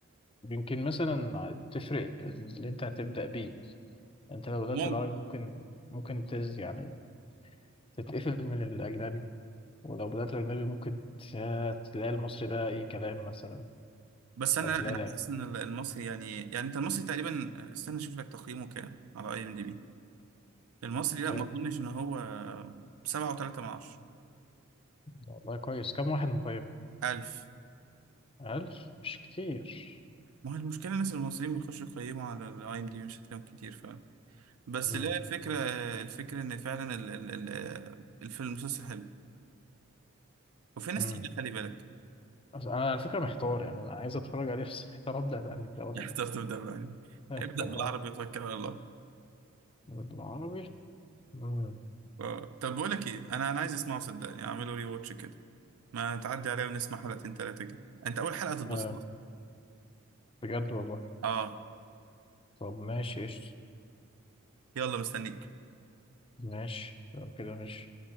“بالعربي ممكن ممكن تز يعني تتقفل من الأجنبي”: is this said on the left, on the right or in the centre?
Left